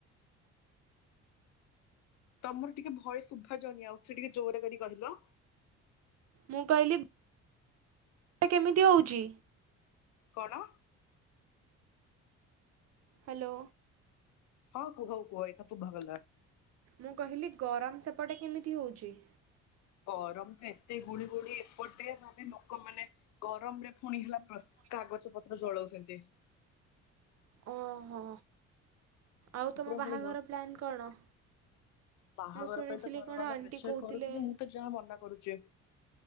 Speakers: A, on the left (about 55°); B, on the right (about 45°).
A: ତମର ଟିକେ ଭୟସ ଶୁଭା ଜାଉନୀ ଆଉ ଥରେ ଟିକେ ଜୋରରେ କରି କହିଲ।
B: ମୁଁ କହିଲି କେମିତି ହଉଛି?
A: କଣ?
B: ହ୍ୟାଲୋ।
A: ହଁ କୁହ କୁହ ଏଇକ୍ଷିଣା ଶୁଭାଗଲା।
B: ମୁଁ କହିଲି ଗରମ ସେପଟେ କେମିତି ହଉଛି?
A: ଗରମ ତ ଏତେ ଗୁଲୁ ଗୁଳି ଏପଟେ ମାନେ ଲୋକମାନେ ଗରମରେ ଫୁଣି ହେଲା କାଗଜ ପତ୍ର ଜଳଉଛନ୍ତି।
B: ଓହୋ। ଆଉ ତମ
A: ପୁରା
B: ବାହାଘର
A: ପୁଣି ଘ
B: ପ୍ଲାନ୍ କଣ?
A: ବାହାଘର
B: ମୁଁ ଶୁଣିଥିଲି
A: ପାଇଁ ତ ଘର
B: କଣ
A: ବାଲା
B: ଆଣ୍ଟି
A: ପ୍ରେସର
B: କହୁଥିଲେ
A: କରୁଛନ୍ତିି। ମୁଁ ତ ଯାହା ମନା କରୁଛି।